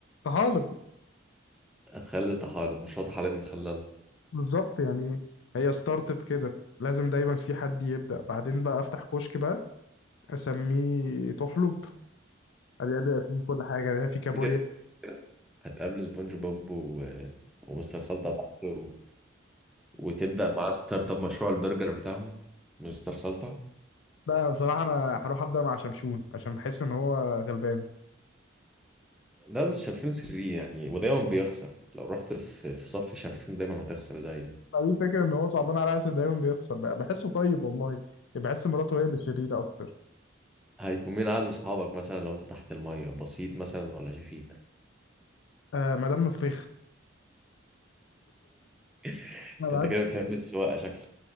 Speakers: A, on the left; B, in the centre.
A: طحالب
B: هتخلل طحالب مشروع طحالب مخلل
A: بالظبط يعني هي ستارتت كده لازم دايما في حد يبدأ بعدين بقى افتح كشك بقى اسميه تحلب بيبيع فيه كل حاجة بيبيع فيه كابوريا
B: تفتكر هتقابل سبونج بوب و... ومستر سلطة تحت و... وتبدأ معاه ستارت اب مشروع البرجر بتاعهم مستر سلطة
A: لا بصراحة أنا هروح أبدأ مع شمشون عشان بحس إن هو غلبان
B: ده بس شمشون سري يعني ودايما بيخسر لو رحت في في صف شمشون دايما هتخسر زيه
A: فدي الفكرة إن هو صعبان عليا عشان دايما بيخسر بقى بحسه طيب والله بحس مراته هي اللي شريرة أكتر
B: هيكون مين عايز أصحابك مثلا لو أنت تحت المية بسيط مثلا ولا شفيق
A: آه مدام نفيخة
B: <laughs>
A: أنا بعد
B: انت كده بتحب السواقه شكلك